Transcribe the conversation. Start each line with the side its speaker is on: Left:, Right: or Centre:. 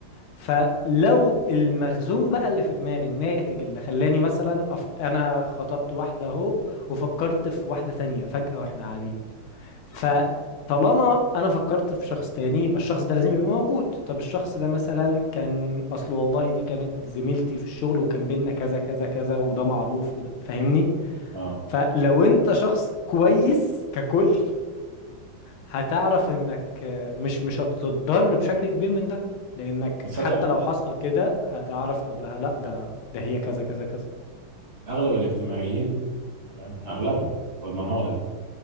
Left: فلو المخزون بقى اللي في دماغي الناتج اللي خلاني مثلا أف... انا خطبت واحده اهو وفكرت في واحده تانية فجأة واحنا قاعدين فطالما انا فكرت في شخص تاني يبقى الشخص ده لازم يبقى موجود طب الشخص ده مثلا كان اصل والله دي كانت زميلتي في الشغل وكان بينا كذا كذا كذا وده معروف وده فاهمني
Right: اه
Left: فلو انت شخص كويس ككل هتعرف انك مش مش هتتضر بشكل كبير من ده لانك
Right: بتصدق
Left: حتى لو حصل كده هتعرف تقول لها لا ده ده هي كذا كذا كذا
Right: اغلب الاجتماعيين تمام اغلبهم واضمنها لك دي